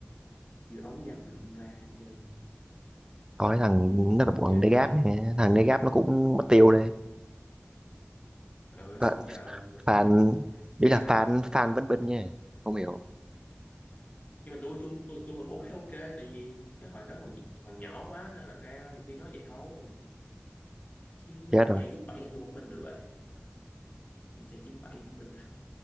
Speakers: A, on the left; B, on the right.
A: kêu ấu dâm mình ra hết trơn
B: tao thấy thằng nó là bộ
A: chứ
B: thằng
A: anh
B: Degas
A: dắt
B: nè thằng Degas nó cũng mất tiêu đây
A: ờ
B: Và
A: xong giờ nổi
B: fan đấy
A: chẹo
B: là
A: lại
B: fan
A: rồi
B: fan vẫn bên nha không hiểu
A: nhưng mà tôi tôi tôi tôi cũng ok ok tại vì cái hồi đó còn còn nhỏ quá nên là ra nhiều khi nói vậy thôi chứ
B: chết
A: anh
B: rồi
A: trai 97 thì tôi không binh được rồi anh trai chín bảy không binh được.